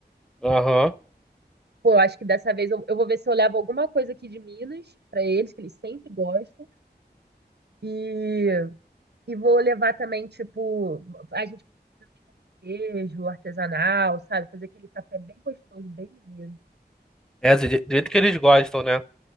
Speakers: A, in the centre; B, on the right.
A: aham.
B: Pô, eu acho que dessa vez eu, eu vou ver se eu levo alguma coisa aqui de Minas pra eles, que eles sempre gostam. E E vou levar também, tipo, a gente pode fazer um queijo artesanal, sabe? Fazer aquele café bem gostoso, bem mineiro.
A: É, do je- do jeito que eles gostam, né?